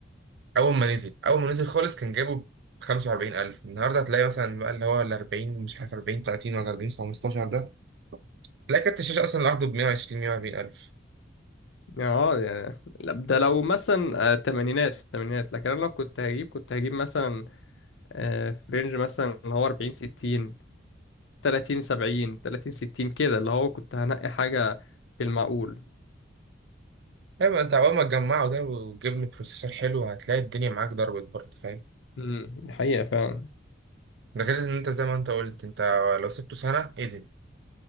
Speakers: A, on the right; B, on the left.
A: اول ما نزل اول ما نزل خالص كان جايبه ب 45000 النهارده هتلاقي مثلا بقى اللي هو ال 40 مش عارف 40 30 ولا 40 15 ده تلاقي كارت الشاشة أصلا لوحده ب 120 140 ألف
B: يعني اه يعني لا، ده لو مثلا آه، تمانينات في التمانينات لكن انا لو كنت هجيب كنت هجيب مثلا آه، في رينج مثلا اللي هو 40 60 30 70 30 60 كده اللي هو كنت هنقي حاجه في المعقول
A: أيوة أنت أول ما تجمعه ده وتجيب له بروسيسور حلو هتلاقي الدنيا معاك ضربت برضه فاهم
B: امم دي حقيقه فعلا
A: ده غير إن أنت زي ما أنت قلت أنت لو سبته سنة إيه